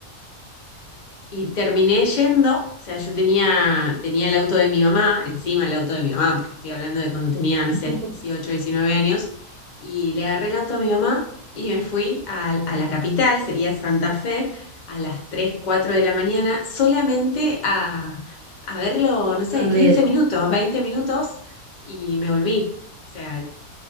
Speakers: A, on the left; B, on the right.
A: Y terminé yendo, o sea, yo tenía, tenía el auto de mi mamá, encima el auto de mi mamá, porque estoy hablando de cuando tenía, no
B: <laughs>
A: sé, 18 19 años, y le agarré el auto a mi mamá y me fui a, a la capital, sería Santa Fe, a las 3 4 de la mañana, solamente a, a verlo, no sé,
B: A ver.
A: 15 minutos, 20 minutos, y me volví. O sea,